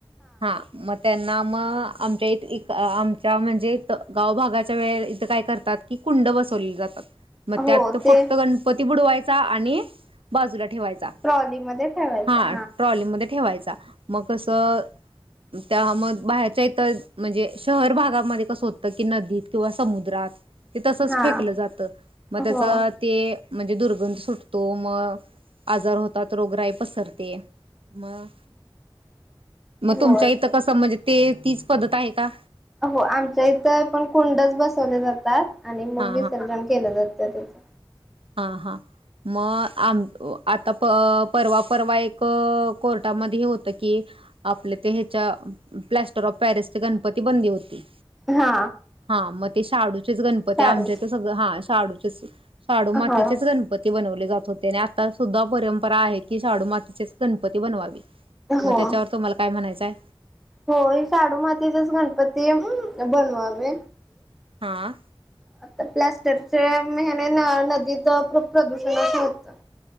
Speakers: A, on the right; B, in the centre.
A: हा म त्यांना मग आमच्या इथं इ आमच्या म्हणजे इथ गाव भागाच्या वेळेला इथं काय करतात की कुंड बसवली जातात. मग
B: हो
A: त्यात
B: ते
A: फक्त गणपती बुडवाय चा आणि बाजूला ठेवायचा.
B: ट्रॉलीमध्ये ठेवायचं
A: हा ट्रॉलीमध्ये ठे ठेवायचा. म कसं त्या मग बाहेरच्या इथं म्हणजे शहर भागामध्ये कसं होत की नदीत किंवा समुद्रात ते तसच
B: हा
A: फेकलं जातं मग
B: हो
A: त्याचा ते म्हणजे दुर्गंध सुटतो तो मग आजार होतात रोगराई पसरते. मग मग तुमच्या
B: हो
A: इथं कसं म्हणजे ते तीच पद्धत आहे का?
B: हो आमच्या इथं पण कुंडच बसवले जातात. आणि मग
A: हा
B: विसर्जन केलं जातं. तसंच
A: हा-हां मग आम आता परवा परवा एक क कोर्टामध्ये हे होत की आपले ते ह्यच्या प्लॅस्टर ऑफ पॅरिस चे गणपती बंदी होती.
B: हा!
A: हा मग ते शाडूचं तेच गणपती
B: शाडूच
A: आमच्या इथ सगळं हा. शाडूचेंस शाडू मातीचेच
B: हो
A: गणपती बनवले जात होते. आणि आता सुद्धा परंपरा आहे. की शाडू मातीचेच गणपती बनवावे.
B: हो
A: मग त्याच्यावर तुम्हाला काय म्हणायचंय
B: होय शाडू मातीचेच गणपती बनवावे.
A: हा
B: आता प्लास् तर ते ह्याने न नदीच खूप प्रदूषणच होत.